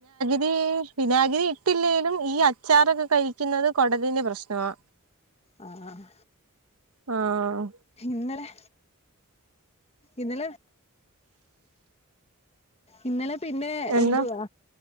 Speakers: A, on the right; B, on the left.
A: ദീ വിനാഗിരി ഇട്ടില്ലെലും ഈ അച്ചാറൊക്കെ കഴിക്കുന്നത് കൊടലിന് പ്രശ്നമാ.
B: ആഹ്‌
A: ആഹ്
B: ഇന്നലെ ഇന്നലെ ഇന്നലെ പിന്നെ
A: എന്നാ
B: എന്തുവാ